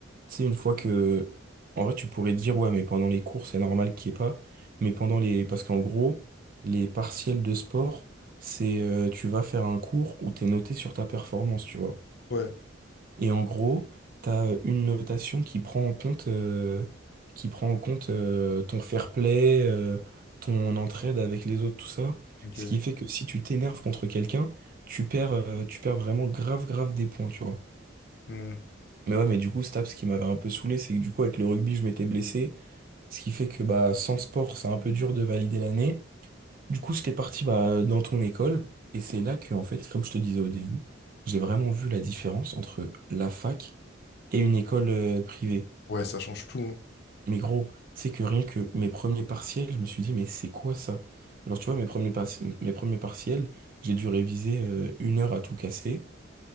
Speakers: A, on the right (about 45°); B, on the left (about 55°).
A: tu sais, une fois que. En vrai, tu pourrais te dire, ouais, mais pendant les cours, c'est normal qu'il n'y ait pas. Mais pendant les. Parce qu'en gros, les partiels de sport, c'est. euh, tu vas faire un cours où t'es noté sur ta performance, tu vois.
B: Ouais.
A: Et en gros, t'as euh, une notation qui prend en compte. euh, qui prend en compte euh, ton fair play, euh, ton entraide avec les autres, tout ça.
B: Ok.
A: Ce qui fait que si tu t'énerves contre quelqu'un, tu perds, euh, tu perds vraiment grave, grave des points, tu vois.
B: Hmm.
A: Mais ouais, mais du coup, Staps, ce qui m'avait un peu saoulé, c'est que du coup, avec le rugby, je m'étais blessé. Ce qui fait que bah, sans sport, c'est un peu dur de valider l'année. Du coup, j'étais parti bah, dans ton école. Et c'est là que, en fait, comme je te disais au début, j'ai vraiment vu la différence entre la fac et une école euh, privée.
B: Ouais, ça change tout. hein.
A: Mais gros, c'est que rien que mes premiers partiels, je me suis dit, mais c'est quoi ça? Alors, tu vois, mes premiers, par- mes premiers partiels, j'ai dû réviser euh, une heure à tout casser.